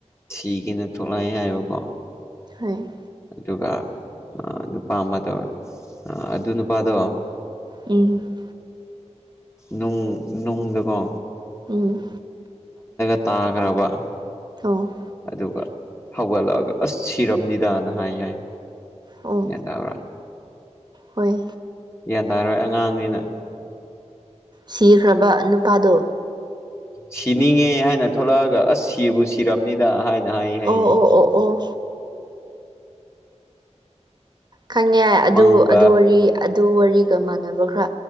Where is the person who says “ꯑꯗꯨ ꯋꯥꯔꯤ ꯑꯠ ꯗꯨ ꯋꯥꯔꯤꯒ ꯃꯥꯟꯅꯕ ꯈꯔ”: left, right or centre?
Right